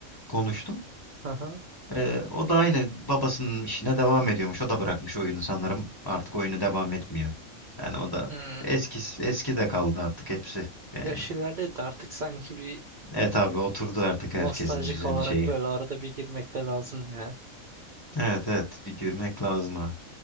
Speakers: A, on the left (about 20°); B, on the right (about 65°).
A: konuştum.
B: Aha.
A: Ee, o da aynı babasının işine devam ediyormuş. O da bırakmış oyunu sanırım. Artık oyunu devam etmiyor. Yani o da
B: Hmm.
A: eski eski de kaldı artık hepsi yani.
B: Yaş ilerledi artık sanki bir
A: Evet abi oturdu artık herkesin
B: nostaljik
A: düzeni
B: olarak
A: şeyi.
B: böyle arada bir girmek de lazım ya.
A: Evet evet bir girmek lazım ha.